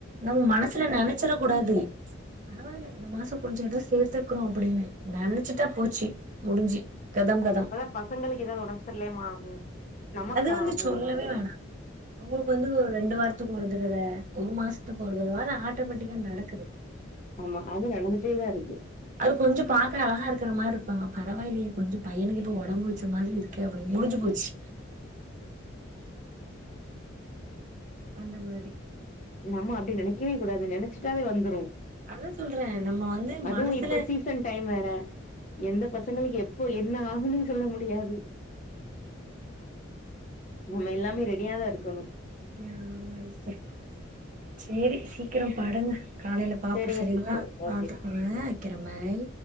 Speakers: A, on the right; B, on the left.
A: நம்ம மனசுல நெனச்சிர கூடாது பரவால்ல இந்த மாசோ கொஞ்சோ ஏதோ சேத்து வெக்கணு அப்படின்னு நெனச்சுட்டா போச்சு முடிஞ்சு கதம் கதம்
B: அப்பதா பசங்ளுக் ஏதா உடம்செரிலயமா ஆகு நமக்கு
A: அது வந்து
B: ஆகு
A: சொல்லவே வேணா அவுங்ளுக்கு வந்து ஒரு ரெண்டு வாரத்துக்கு ஒருதடவ ஒரு மாசத்துக்கு ஒருதடவ அது ஆட்டோமேட்டிக்கா நடக்கறது
B: ஆமா அது நடந்துட்டேதா இருக்கு
A: அது கொஞ்சோ பாக்குற அழகா இருக்குற மார்ருப்பாங்க பரவாயில்லயே கொஞ்சோ பையனுக்கிப்போ ஒடம்பு வெச்ச மாதிரி இருக்கே அப்டினு முடிஞ்சுபோச்சு அந்த மாரி
B: நம்ம அப்டி நெனைக்கவே கூடாது நெனச்சுட்டாலே வந்துரும்
A: அதா சொல்றே நம்ம வந்து
B: அதுவு
A: மனசுல
B: இப்ப சீசன் டைம் வேற எந்த பசங்ளுக்கு எப் போ என்ன ஆகுனே சொல்ல முடியாது நம்ம எல்லாமே ரெடியா தான் இருக்கணும்
A: ஆமா சிஸ்டர் சேரி சீக்கிரம் படுங்க காலையில பாப்போம்
B: சரிங்க
A: சரிங்களா
B: சிஸ்டர்
A: பாத்துக்கோங்க
B: ஓகே சிஸ்டர்
A: வைக்கிரே பாய்